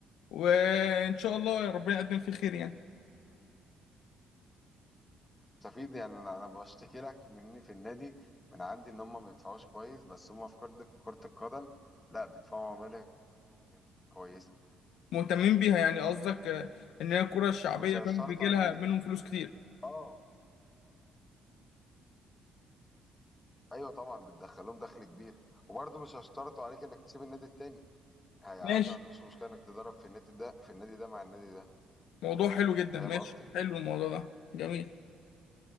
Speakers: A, on the left; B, on the left.
A: وان شاء الله ربنا يقدم فيه خير يعني
B: مستفيد يعني انا انا بشتكي لك مني في النادي من عندي ان هم ما بيدفعوش كويس بس هم في كرة كرة القدم لا بيدفعوا مبالغ كويسة
A: مهتمين بيها يعني قصدك آه، ان هي الكرة الشعبية
B: ومش هيشترطوا
A: فاهم بيجي
B: عليك
A: لها منهم
B: إنك-
A: فلوس كتير
B: اه ايوه طبعا بتدخلهم دخل كبير وبرضه مش هيشترطوا عليك انك تسيب النادي التاني هي عادي
A: ماشي
B: ما عندهمش مشكلة انك تدرب في النادي ده في النادي ده مع النادي ده
A: موضوع حلو جدا
B: فاهم
A: ماشي
B: قصدي؟
A: حلو الموضوع ده جميل